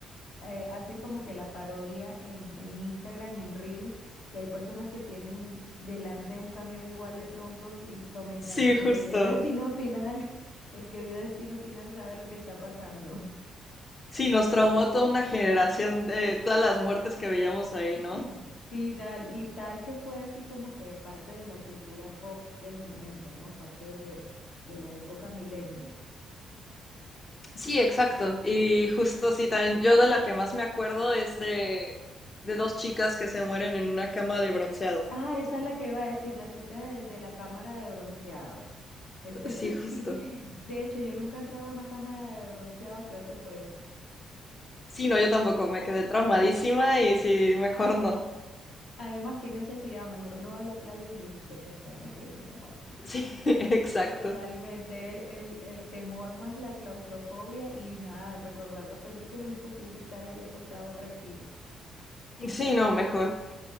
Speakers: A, on the left; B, on the left.
A: eh, hacen como que la parodia en, en Instagram y en Reels, que hay personas que tienen delante un camión igual de troncos y comentan,
B: sí,
A: el
B: justo.
A: que vio Destino Final, <laughs> el que vio Destino Final sabe lo que está pasando.
B: Sí, nos traumó toda una generación de todas las muertes que veíamos ahí,
A: <laughs>
B: ¿no?
A: Sí, tal, y tal que fue así como que parte de la cultura pop del momento, ¿no? Parte de, de la época millennial.
B: Sí, exacto. Y justo sí, también yo de la que más me acuerdo es de, de dos chicas que se mueren en una cama de bronceado.
A: Ah, esa es la que iba a decir, la chica de de la cámara de bronceado. Eso <laughs>
B: Sí, justo.
A: sí. De hecho, yo nunca he entrado a una cámara de bronceado, creo que por eso.
B: Sí, no, yo tampoco, me quedé traumadísima y sí, mejor no.
A: Además, qué necesidad, mejor uno va a la playa y listo, que estar metido en esa máquina.
B: Sí, <laughs> exacto.
A: Totalmente, el, el, el temor más la claustrofobia y nada, recordar la película es imposible estar ahí acostado tranquilo.
B: Sí, no, mejor.